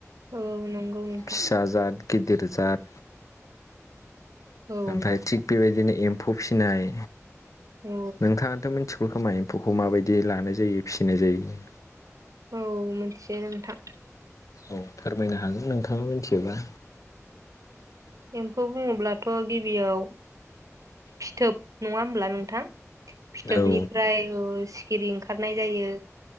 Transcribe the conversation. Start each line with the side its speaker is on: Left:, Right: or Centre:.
Right: औ नंगौ नोंथां।
Left: फिसा जाद गिदिर जाद।
Right: औ
Left: ओमफ्राय थिग बेबायदिनो एम्फौ फिसिनाय।
Right: औ
Left: नोंथाङाथ' मोन थिगौखोमा एमफौखौ माबाय बिदि लानाय जायो फिसिनाय जायो।
Right: औ मोनथियो नोंथां।
Left: औ फोरमायनो हागोन नोंथाङा मिथियोबा।
Right: एम्फौ बुङोब्लाथ गिबियाव फिथोब नङा होमब्ला नोंथां। फिथोबनिफ्राय
Left: औ
Right: ओस हिरिं खारनाय जायो